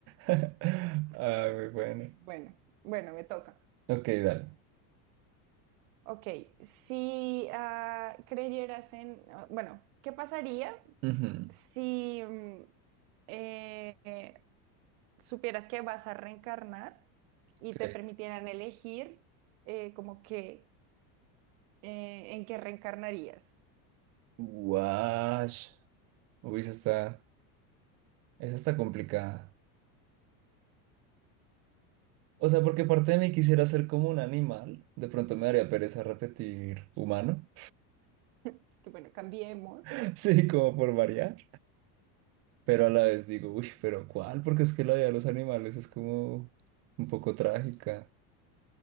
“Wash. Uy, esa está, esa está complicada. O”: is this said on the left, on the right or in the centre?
Right